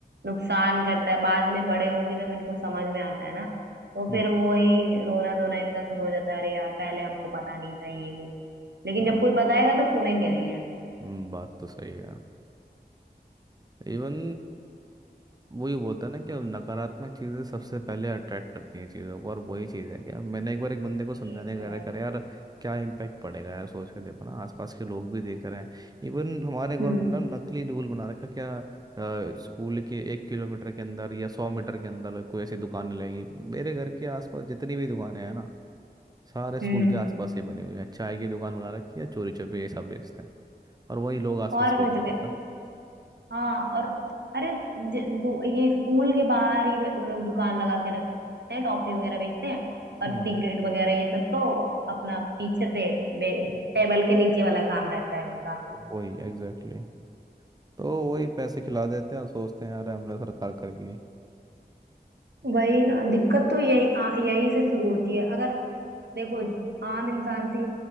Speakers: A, on the right; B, on the right.
A: नुकसान करता है बाद में बड़े होके जब इनको समझ में आता है ना तो
B: हम्म
A: फिर वही रोना धोना इनका शुरू हो जाता है अरे यार पहले हमको पता नहीं था ये वो लेकिन
B: हम्म,
A: जब कोई बताएगा तो सुनेंगे नहीं है
B: हम्म, बात तो सही है इवन वही बोलता है ना कि नकारात्मक चीज़ें सबसे पहले अट्रैक्ट करती हैं चीज़ों को और वही चीज़ है कि अब मैंने एक बार एक बंदे को
A: ये
B: समझाने
A: तो
B: वगैरह
A: है
B: करा यार क्या इम्पैक्ट पड़ेगा यार सोच के देखो ना आसपास के लोग भी देख रहे हैं इवन हमारे गवर्नमेंट
A: हम्म
B: ने नकली रूल बना रखा क्या स्कूल के एक किलोमीटर के अंदर या सौ मीटर के अंदर कोई ऐसी दुकान लगेगी मेरे घर के आसपास जितनी भी दुकानें हैं ना सारे स्कूल
A: हम्म
B: के आसपास ही बनी हुई हैं चाय की दुकान बना रखी है चोरी छुपे ये सब बेचते हैं और वही लोग आसपास
A: और
B: फूक
A: नहीं
B: रहे
A: तो क्या
B: होते हैं
A: हाँ और अरे ज- दु- ये स्कूल के बाहर ही वो लोग दुकान लगा के रखते हैं टॉफी वगैरह बेचते हैं और
B: हम्म
A: सिगरेट वगैरह ये सब तो अपना पीछे से बे-
B: हम्म,
A: टेबल के नीचे वाला काम रहता है उनका
B: वही एग्जैक्टली तो वही पैसे खिला देते हैं और सोचते हैं यार हमने सरकार खरीद ली
A: वही ना दिक्कत तो यही आ, यही से शुरू होती है अगर देखो आम इंसान से